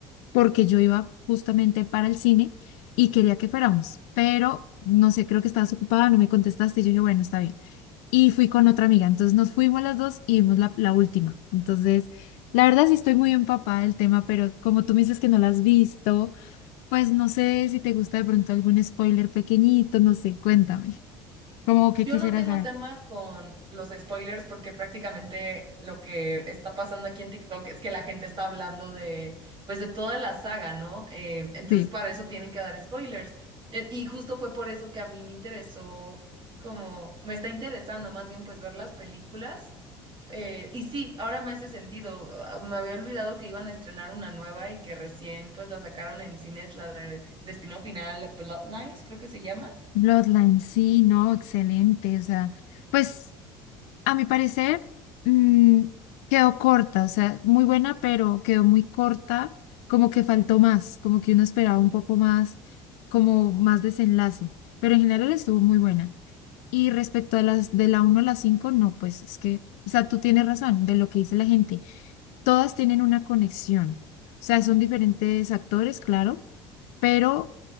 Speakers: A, on the left; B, on the right.
A: porque yo iba justamente para el cine y quería que fuéramos, pero no sé, creo que estabas ocupada, no me contestaste. y Yo dije, bueno, está bien. y fui con otra amiga. Entonces nos fuimos las dos y vimos la, la última. Entonces, la verdad sí estoy muy empapada del tema, pero como tú me dices que no la has visto, pues no sé si te gusta de pronto algún spoiler pequeñito, no sé, cuéntame. Como que
B: Yo
A: quisieras
B: no tengo
A: saber.
B: tema con los spoilers porque prácticamente lo que está pasando aquí en TikTok es que la gente está hablando de, pues, de toda la saga, ¿no? Eh, entonces
A: Sí,
B: para eso tienen que dar spoilers. Eh, y justo fue por eso que a mí me interesó, como, me está interesando más bien, pues, ver las películas. Eh, y sí, ahora me hace sentido. Ah, Me había olvidado que iban a estrenar una nueva y que recién, pues, la sacaron en cines, la de Destino Final, Bloodlines, creo que se llama.
A: Bloodline, sí, no, excelente. O sea, pues A mi parecer, mm, quedó corta, o sea, muy buena, pero quedó muy corta, como que faltó más, como que uno esperaba un poco más, como más desenlace, pero en general estuvo muy buena. Y respecto a las de la uno a la 5 no, pues es que, o sea, tú tienes razón de lo que dice la gente, todas tienen una conexión, o sea, son diferentes actores, claro, pero